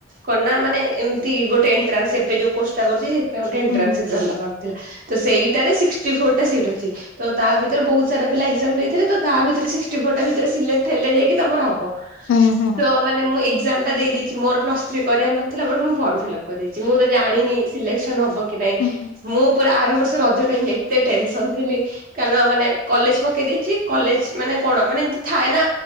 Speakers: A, on the right (about 45°); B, on the left (about 85°).
A: କନା ମାନେ ଏମିତି ଗୋଟେ ଏଣ୍ଟ୍ରାନ୍ସ ଏବେ ଯୋଉ କୋର୍ସଟା କରୁଛି ସେ ଗୋଟେ ଏଣ୍ଟ୍ରାନ୍ସ
B: ହୁଁ
A: ଏକ୍ସମ୍ ଦବାରେ ଥିଲା। ତ ସେଇ। ଟାରେ ସିକ୍ସଟି ଫୋର ଟା ସିଟ୍ ଅଛି। ତ ତା ଭିତରେ ବହୁତ ସାରା ପିଲା ଏକ୍ଜାମ ଦେଇଥିଲେ। ତ ତା ଭିତରେ ସିକ୍ସଟି ଫୋର ଟା ଭିତରେ ସିଲେକ୍ଟ ହେଲେ ଯାଇକି ତମର ହବ।
B: ହୁଁ ହୁଁ
A: ତ ମାନେ ମୁଁ ଏକ୍ଜାମ ଟା ଦେଇଦଇ ମୋର ପ୍ଲସଥ୍ରୀ କରିବାର ନଥିଲା। ବଟ ମୁଁ ଫର୍ମ ଫପ୍ କରିଦେଇଛି। ମୁଁ ତ ଜାଣିନି ସିଲେ <inaudible> ନବ କି ନାଇଁ
B: ହୁଁ
A: ମୁଁ ପୁରା ଆରମ୍ବ ରଜ ଟାଇମ ଏତେ ଟେନ୍ ସନ ଥିଲି। କାରଣ ମାନେ। କଲେଜ ପକେଇ ଦେଇଛି। କଲେଜ ମାନେ କଣ ମାନେ ଏମତି ଥାଏ ନା